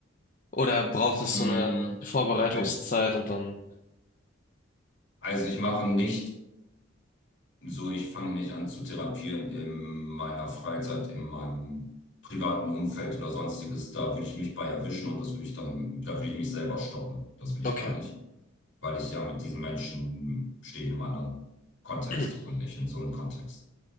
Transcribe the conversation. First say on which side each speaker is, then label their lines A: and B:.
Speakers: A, on the left (about 40°); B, on the left (about 60°).
A: Oder braucht es
B: mm,
A: so eine Vorbereitungszeit
B: Halt,
A: und dann
B: also ich mache nicht So, ich fange nicht an zu therapieren in meiner Freizeit, in meinem privaten Umfeld oder sonstiges. Da würde ich mich bei erwischen und das würde ich dann, da würde ich mich selber stoppen. Das will ich
A: Okay.
B: gar nicht, weil ich ja mit diesen Menschen stehe ich in einem anderen Kontext
A: <clears throat>
B: und nicht in so einem Kontext.